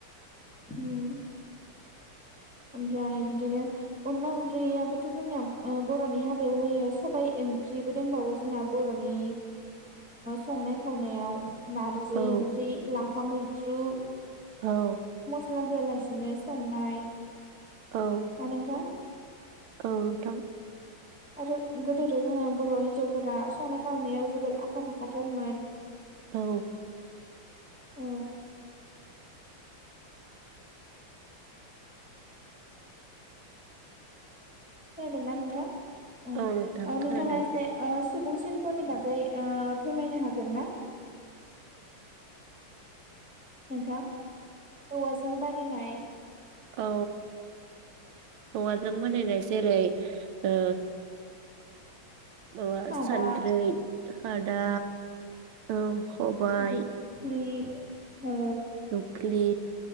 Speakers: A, in the centre; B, on the right.
A: होम। ओमफ्राय बिदिनो अनला ओंख्रियाबोथ' जोंनाया ओ बर'नि हाबायाव होयो सबायाइ ओंख्रिबो दंबावो जोंना बर'नि संनाय खावनायाव। नारजि
B: औ
A: ओंख्रि लाफ हा मैद्रु।
B: औ।
A: होआ होलासिनो संनाय।
B: औ
A: आ नोंथा।
B: औ नोंथां।
A: आरो गोदोथ' जोंना बर' हिन्जावफोरा संनाय खावनायाव जोबोद आखा फाखाथारमोन।
B: औ।
A: औ। खोनादोंना नोंथां ओ ओ
B: औ नोंथां
A: नोंथाङा
B: खोनादों
A: एसे ओ। सुबुं सिल्प'नि बागै फोरमायनो हागोन ना। नोंथां औवाजों बानायनाय।
B: औ औवाजों बानायनाय जेरै ओ। माबा
A: खादा
B: सानद्रै खादा औ। खबाइ
A: दुखलि औ।
B: नखलि।